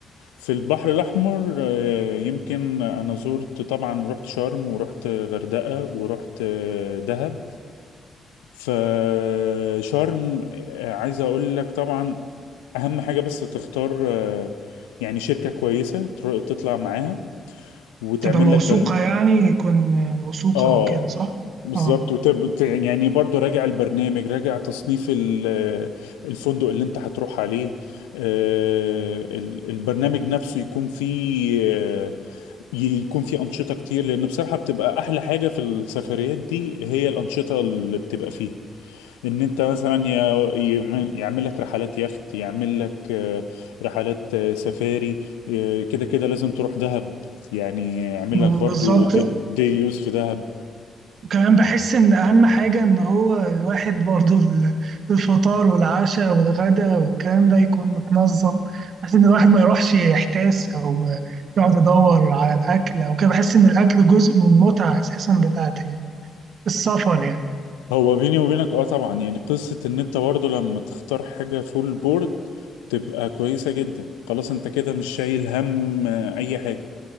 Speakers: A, on the left (about 80°); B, on the right (about 60°).
A: في البحر الأحمر آه، يمكن أنا زرت طبعا رحت شرم ورحت غردقة ورحت آه، دهب فشرم آه، عايز أقول لك طبعا أهم حاجة بس تختار آه، يعني شركة كويسة تر- تطلع معاها وتعمل
B: تبقى موثوقة
A: لك برن...
B: يعني يكون موثوقة
A: آه
B: أو كده صح؟
A: بالظبط
B: اه
A: وتب... ت- يعني برضو راجع البرنامج راجع تصنيف ال- آه، الفندق اللي انت هتروح عليه آه، ال- البرنامج نفسه يكون فيه آه، يكون في أنشطة كتير لأن بصراحة بتبقى أحلى حاجة في السفريات دي هي الأنشطة اللي بتبقى فيها إن أنت مثلا يا- يعمل يعمل لك رحلات يخت يعمل لك آه، رحلات آه، سفاري آه، كده كده لازم تروح دهب يعني يعمل
B: ب-
A: لك برضو
B: بالظبط
A: دي, دي يوز في دهب
B: كمان بحس ان اهم حاجة ان هو الواحد برضو ال- الفطار والعشاء والغداء والكلام ده يكون متنظم بحس ان الواحد ما يروحش يحتاس او يقعد يدور على الاكل او كده بحس ان الاكل جزء من المتعة اساسا بتاعت السفر يعني
A: هو بيني وبينك اه طبعا يعني قصة إن أنت برضو لما تختار حاجة فول بورد تبقى كويسة جدا خلاص أنت كده مش شايل هم آه، أي حاجة